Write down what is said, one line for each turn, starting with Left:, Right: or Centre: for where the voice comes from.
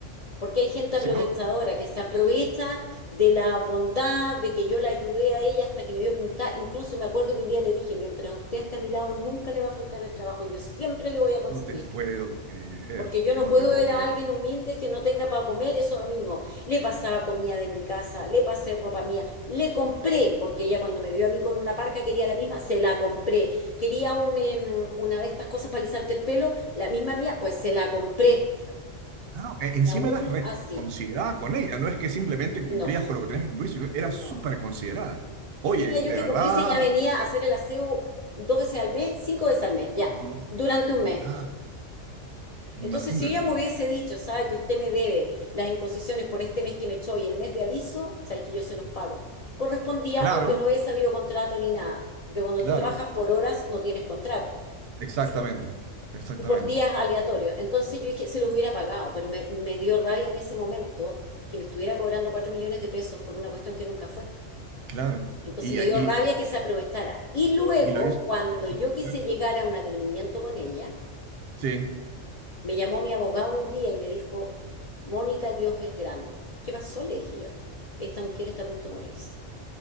Left: Porque hay gente
Right: Si
Left: aprovechadora
Right: no,
Left: que se aprovecha de la bondad, de que yo la ayudé a ella hasta que me dio puntada. Incluso me acuerdo que un día le dije, mientras usted esté a mi lado, nunca le va a faltar el trabajo, yo siempre le voy a conseguir.
Right: no te puedo creer,
Left: Porque yo no
Right: no
Left: puedo
Right: te puedo
Left: ver
Right: creer.
Left: a alguien humilde que no tenga para comer, eso a mí no. Le pasaba comida de mi casa, le pasé ropa mía, le compré, porque ella cuando me vio a mí con una parca quería la misma, se la compré. Quería un, em, una de estas cosas para alisarte el pelo, la misma mía, pues se la compré.
Right: Ah, e-
Left: Y
Right: encima
Left: aún
Right: eras reconsiderada
Left: así,
Right: con ella, no es que simplemente cumplías
Left: no,
Right: con lo que tenías que cumplir, sino eras
Left: No.
Right: súper considerada. Oye,
Left: ¿Qué tenía yo
Right: de
Left: que
Right: verdad,
Left: cumplir si ella venía a hacer el aseo dos veces al mes, cinco veces al mes, ya,
Right: no,
Left: durante un mes?
Right: ah, imagínate.
Left: Entonces, si ella me hubiese dicho, sabe que usted me debe las imposiciones por este mes que me echó y el mes de aviso, sabe que yo se los pago. Correspondía,
Right: Claro,
Left: aunque no hubiese habido contrato ni nada, porque cuando
Right: claro,
Left: tú trabajas por horas no tienes contrato.
Right: exactamente,
Left: En fin,
Right: exactamente,
Left: y por días aleatorios. Entonces yo dije, se los hubiera pagado, pero me, me dio rabia en ese momento que me estuviera cobrando cuatro millones de pesos por una cuestión que nunca fue.
Right: claro.
Left: Entonces
Right: Y,
Left: me dio
Right: y,
Left: rabia que se aprovechara. Y luego,
Right: y lo hizo.
Left: cuando
Right: hizo
Left: yo
Right: que-
Left: quise
Right: claro.
Left: llegar a un advenimiento con ella,
Right: Sí.
Left: me llamó mi abogado un día y me dijo, Mónica, Dios es grande. ¿Qué pasó? Le dije yo. Esta mujer está a punto de morirse.